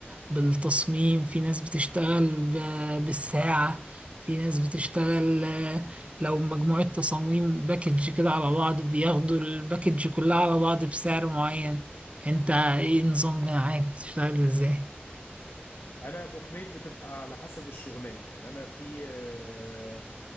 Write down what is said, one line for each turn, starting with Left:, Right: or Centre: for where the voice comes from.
Right: بالتصميم في ناس بتشتغل ب- بالساعة في ناس بتشتغل آه، لو مجموعة تصاميم باكج كده على بعض بياخدوا الباكج كلها على بعض بسعر معين انت ايه نظام معاك بتشتغل ازاي
Left: انا يا ابو حميد بتبقى على حسب الشغلانة يعني انا في آه،